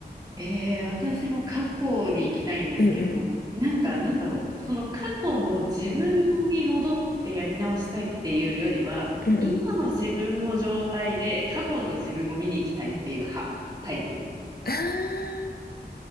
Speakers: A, on the right (about 25°); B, on the left (about 60°).
A: えー、私も過去に行きたいんですけど、
B: うんうん。
A: なんかなんだろう、その過去の自分に戻ってやり直したいっていうよりは、
B: うんうん。
A: 今の自分の状態で過去の自分を見に行きたいっていう派、タイプ
B: ああ、